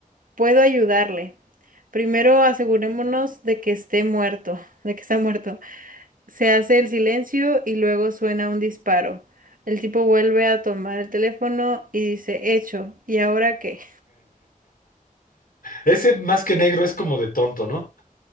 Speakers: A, on the right (about 75°); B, on the left (about 85°).
A: Puedo ayudarle. Primero asegurémonos de que esté muerto, de que está muerto. Se hace el silencio y luego suena un disparo. El tipo vuelve a tomar el teléfono y dice, hecho, ¿y ahora qué?
B: Ese más que negro es como de tonto, ¿no?